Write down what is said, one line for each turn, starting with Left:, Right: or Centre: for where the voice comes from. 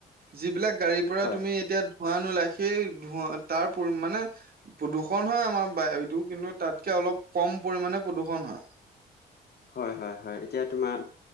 Right: যিবিলাক গাড়ীৰ পৰা
Left: হয়
Right: তুমি এতিয়া ধোৱা নোলাই। সেই ধোঁৱা তাৰ পৰিমানে প্ৰদূষণ হয়, আমাৰ বায়ুটো কিন্তু তাতকে অলপ কম পৰিমানে প্ৰদূষণ হয়।
Left: হয় হয় হয়, এতিয়া তোমাৰ